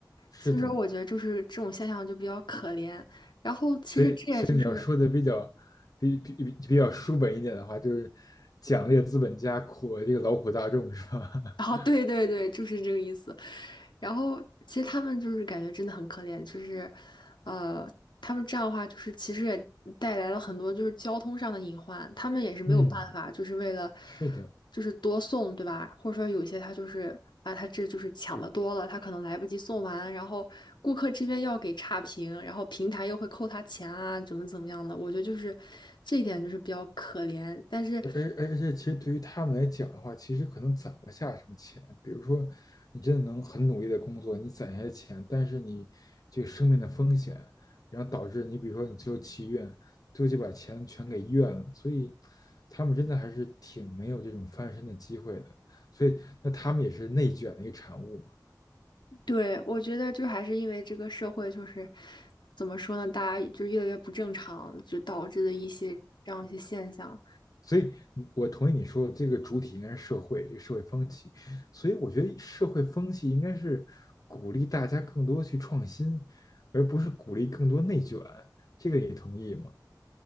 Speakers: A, on the left; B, on the left.
A: 是的，
B: 所以说，我觉得就是这种现象就比较可怜。然后，其实这也就是，
A: 所以所以你要说的比较比比比比较书本一点的话，就是奖励资本家，苦了这个劳苦大众，是吧？
B: <laughs>
A: <laughs>
B: 哦，对对对，就是这个意思。然后其实他们就是感觉真的很可怜，就是，呃，他们这样的话，就是其实也带来了很多就是交通上的隐患，他们也是没有办法，
A: 嗯，
B: 就是为了
A: 是的。
B: 就是多送，对吧？或者说有些他就是啊，他这就是抢的多了，他可能来不及送完，然后顾客这边要给差评，然后平台又会扣他钱啊，怎么怎么样的，我觉得就是这一点就是比较可怜，但是。
A: 而而而且，其实对于他们来讲的话，其实可能攒不下什么钱。比如说，你真的能很努力的工作，你攒下钱，但是你这个生命的风险，然后导致你，比如说你最后去医院，最后就把钱全给医院了。所以，他们真的还是挺没有这种翻身的机会的。所以，那他们也是内卷的一个产物。嘛。
B: 对，我觉得就还是因为这个社会就是怎么说呢，大家就越来越不正常，就导致的一些这样一些现象。
A: 所以我同意你说的，这个主体应该是社会，这个社会风气。所以，我觉得社会风气应该是鼓励大家更多去创新，而不是鼓励更多内卷。这个你同意吗？